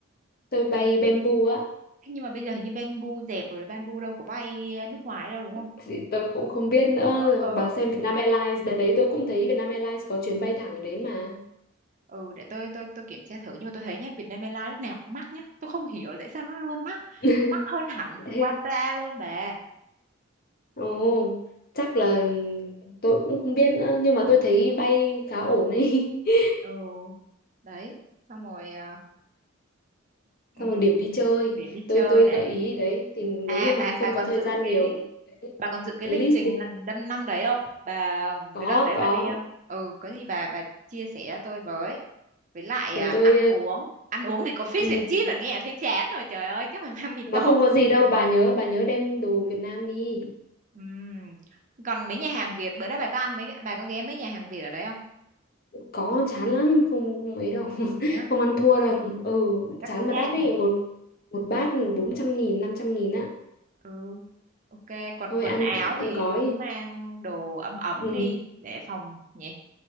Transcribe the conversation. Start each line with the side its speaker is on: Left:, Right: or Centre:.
Left: Tôi bay Bamboo á.
Right: thế nhưng mà bây giờ hình như Bamboo dẹp rồi Bamboo đâu có bay à, nước ngoài đâu đúng không
Left: Thì tôi cũng không biết nữa
Right: ờ
Left: rồi
Right: ờ
Left: hoặc bà xem Vietnam Airlines đợt đấy tôi cũng thấy Vietnam Airlines có chuyến bay thẳng đến mà
Right: ừ để tôi tôi tôi kiểm tra thử nhưng mà tôi thấy nhá Vietnam Airlines lúc nào cũng mắc nhá tôi không hiểu tại sao nó luôn mắc
Left: <laughs>
Right: nó mắc hơn hẳn
Left: Ê,
Right: Qatar luôn bà
Left: ồ chắc là tôi cũng không biết nữa nhưng mà tôi thấy bay khá ổn ấy <laughs>
Right: ừ đấy xong rồi à, ừm,
Left: xong rồi điểm đi chơi
Right: để đi chơi
Left: tôi tôi
Right: này
Left: gợi ý đấy thì nếu
Right: à
Left: như mà
Right: bà
Left: không
Right: bà còn
Left: có thời
Right: giữ
Left: gian
Right: cái
Left: nhiều thì đấy,
Right: bà còn giữ cái
Left: cái
Right: lịch
Left: list
Right: trình
Left: đấy
Right: lần- năm năm đấy không bà
Left: có
Right: cái đợt đấy bà
Left: có
Right: đi không ừ có gì bà bà chia sẻ tôi với với lại
Left: để
Right: à,
Left: tôi
Right: ăn uống ăn uống thì có fish
Left: ừ,
Right: and chips là nghe thấy chán rồi trời ơi chắc phải mang mì tôm
Left: mà không có gì đâu bà nhớ bà nhớ đem đồ Việt Nam đi
Right: Ừm, còn mấy nhà hàng Việt bữa đó bà có ăn mấy bà có ghé mấy nhà hàng Việt ở đấy không
Left: có chán lắm không không ấy đâu <laughs>
Right: thế á
Left: không ăn thua đâu ừ
Right: mà chắc
Left: chán
Right: cũng
Left: mà
Right: chát
Left: đắt ấy
Right: nhỉ
Left: một một bát 400 nghìn 500 nghìn á
Right: ừ ok còn
Left: thôi
Right: quần
Left: ăn
Right: áo
Left: ăn
Right: thì
Left: gói
Right: cứ mang đồ ấm ấm
Left: ừ
Right: đi để phòng nhỉ